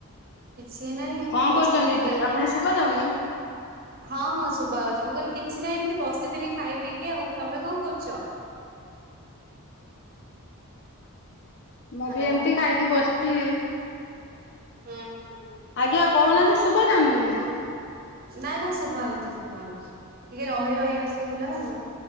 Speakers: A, on the right (about 40°); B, on the left (about 50°).
A: କିଛି ନାହିଁ ଏମିତି
B: କଣ
A: ବସିଥିଲି
B: କରୁଛନ୍ତି ଦିଦି
A: ଖାଇଵି
B: ଆପଣ ଶୁଭା ଯାଉନି?
A: ହଁ, ହଁ ଶୁଭା ହଉଛି। ମୁଁ କହିଲି କିଛି ନାହିଁ ଏମିତି ବସିଥିଲି ଖାଇ ପିଇକି ଆଉ। ତମେ କଣ କରୁଛ?
B: ମୁଁ
A: ହ୍ୟାଲୋ।
B: ବି ଏମତି ଖାଇକି ବସିଚି।
A: ହୁଁ ହୁଁ ହୁଁ
B: ଆଜ୍ଞା କହୁନାହାନ୍ତି, ଶୁଭା ଯାଉନି ତୁମକୁ?
A: ନା ନା ଶୁଭା ହଉଚି ଶୁଭା ହଉଛି ଟିକେ ରହି ରହି ଆସୁଥିଲା ଆଉ। ମୁଁ